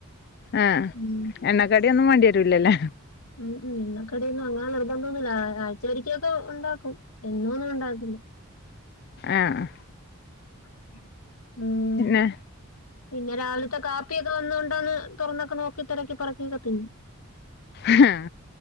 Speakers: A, on the left; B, on the left.
A: ആഹ്
B: ഉം
A: എണ്ണക്കടിയൊന്നും മാണ്ടിയെരൂലല്ലേ
B: മ്മ്ഹ്ഹ് എണ്ണകടി അങ്ങനെ നിർബന്ധൊന്നുല്ല ആഴ്ചരിക്കൊക്കെ ഉണ്ടാക്കും എന്നോ ഒന്നും ഉണ്ടാകില്ല
A: ആഹ്
B: മ്മ്ഹ്ഹ്..
A: പിന്നെ
B: പിന്നെ രാവിലത്തെ കാപ്പിയൊക്കെ വന്ന കൊണ്ടന്ന് തൊറന്നൊക്കെ നോക്കി തെരക്കി പെറക്കിക്കെ തിന്നു
A: ഹ്ഹ്